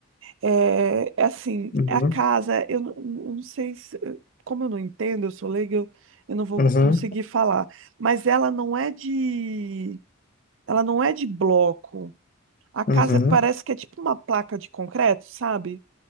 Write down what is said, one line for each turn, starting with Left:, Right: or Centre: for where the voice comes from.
Right: É, é assim,
Left: Uhum,
Right: a casa, eu, não eu não sei se, como eu não entendo, eu sou leiga, eu, eu não vou
Left: uhum,
Right: conseguir falar. Mas ela não é de, ela não é de bloco. A casa
Left: uhum.
Right: parece que é tipo uma placa de concreto, sabe?